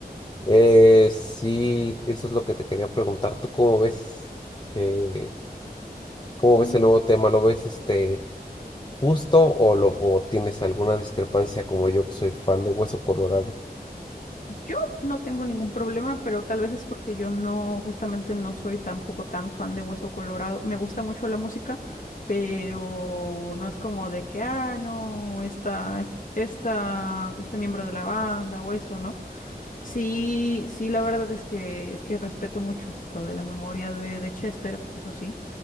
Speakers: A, on the left; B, on the left.
A: Eh, sí, eso es lo que te quería preguntar. ¿Tú cómo ves, eh, cómo ves
B: Mm,
A: el nuevo tema? ¿Lo ves este justo o lo o tienes alguna discrepancia como yo que soy fan de Hueso Colorado?
B: Yo no tengo ningún problema, pero tal vez es porque yo no, justamente no soy tampoco tan fan de Hueso Colorado. Me gusta mucho la música, pero no es como de que, ah, no, esta, es- esta, este miembro de la banda o eso, ¿no? Sí, sí, la verdad es que es que respeto mucho lo de la memoria de, de Chester, eso sí.